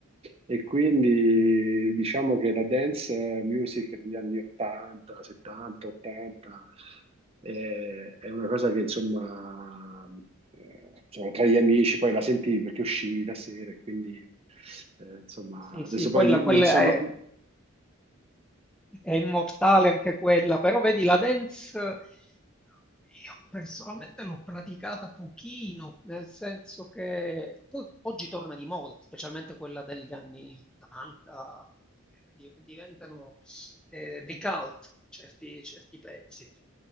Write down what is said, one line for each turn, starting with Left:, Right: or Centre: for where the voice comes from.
Right: E quindi diciamo che la dance music degli anni 80, 70, 80 eh, è una cosa che insomma, eh, insomma, tra gli amici poi la sentivi perché uscivi la sera, e quindi eh, insomma
Centre: Sì, sì,
Right: adesso
Centre: quella,
Right: poi
Centre: quella
Right: non sono...
Centre: è, è immortale anche quella, però vedi la dance, io personalmente l'ho praticata pochino, nel senso che poi oggi torna di moda, specialmente quella degli anni 80, di- diventano eh, dei cult, certi, certi pezzi.